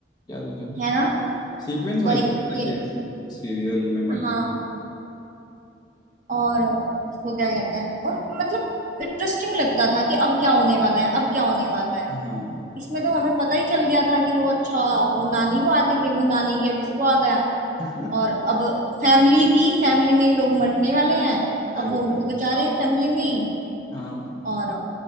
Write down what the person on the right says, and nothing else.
है ना
वही
कि
हाँ और उसको क्या कहते हैं और मतलब इंटरेस्टिंग लगता था कि अब क्या होने वाला है अब क्या होने वाला है
इसमें तो हमें पता ही चल गया था कि वो अच्छा वो नानी को आते थे वो नानी की अब इसको आ गया
और अब फैमिली थी फैमिली में ही लोग मरने वाले हैं
अब वो उनको
बचा रहे हैं फैमिली में ही
और